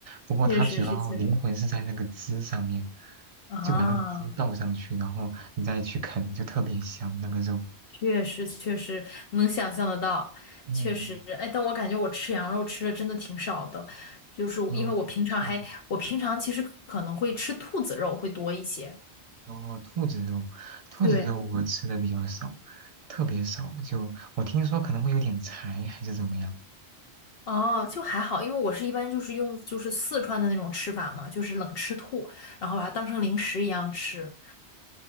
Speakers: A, on the right; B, on the left.
A: 不过它主要灵魂是在那个汁上面，
B: 确实是，确实啊。
A: 就把那个汁倒上去，然后你再去啃，就特别香那个肉。
B: 确实确实能想象得到，
A: 嗯，
B: 确实，哎，但我感觉我吃羊肉吃的真的挺少的，就是因为我平常还，
A: 嗯，确实。
B: 我平常其实可能会吃兔子肉会多一些。
A: 哦，兔子肉，兔子肉我吃的比较少，
B: 对，
A: 特别少。就我听说可能会有点柴，还是怎么样？
B: 哦，就还好，因为我是一般就是用就是四川的那种吃法嘛，就是冷吃兔，然后把它当成零食一样吃。